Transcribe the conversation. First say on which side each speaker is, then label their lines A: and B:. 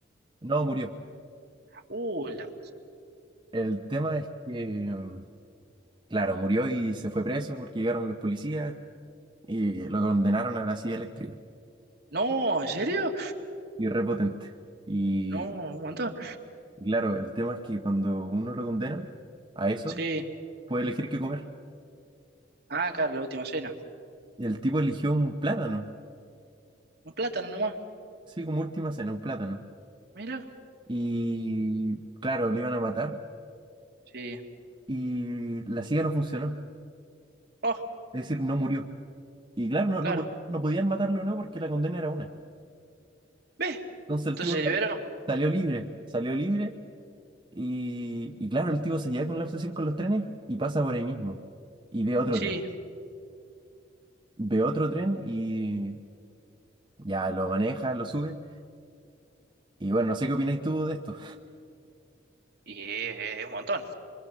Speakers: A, on the right (about 25°); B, on the right (about 60°).
A: No, murió.
B: Uh, la-
A: El tema es que, mm, claro, murió y se fue preso porque llegaron los policías y lo condenaron a la silla eléctrica.
B: No, ¿en serio?
A: Y repotente. Y
B: No, un montón.
A: claro, el tema es que cuando uno lo condenan a eso,
B: Sí.
A: puede elegir qué comer.
B: Ah, claro, la última cena.
A: Y el tipo eligió un plátano.
B: Un plátano nomás.
A: Sí, como última cena, un plátano.
B: Mira.
A: Y claro, le iban a matar
B: Sí.
A: y la silla no funcionó.
B: Oh,
A: Es decir, no murió. Y claro, no,
B: claro.
A: no, pod- no podían matarlo, ¿no? Porque la condena era una.
B: ¿Ve?
A: Entonces el
B: Entonces
A: tipo
B: se
A: sal-
B: liberó.
A: salió libre, salió libre y, y claro, el tipo se lleva con la obsesión con los trenes y pasa por ahí mismo y ve otro
B: Sí.
A: tren, ve otro tren y ya lo maneja, lo sube y bueno, no sé qué opináis tú de esto,
B: Y es es un montón.